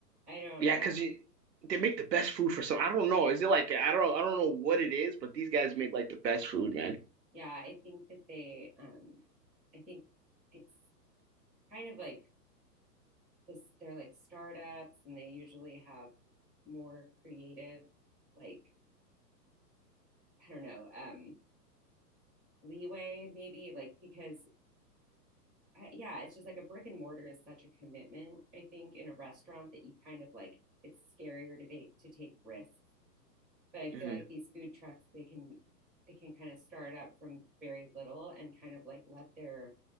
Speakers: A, in the centre; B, on the right.
A: I don't,
B: Yeah,
A: yeah.
B: 'cause you they make the best food for some. I don't know. Is it like I don't I don't know what it is, but these guys make like the best food, man.
A: Yeah, I think that they um I think it's kind of like this they're like startups and they usually have more creative like I don't know, um leeway maybe like because I, yeah, it's just like a brick and mortar is such a commitment, I think, in a restaurant that you kind of like it's scarier to take to take risks but I
B: hmm
A: feel like these food trucks they can they can kind of start up from very little and kind of like let their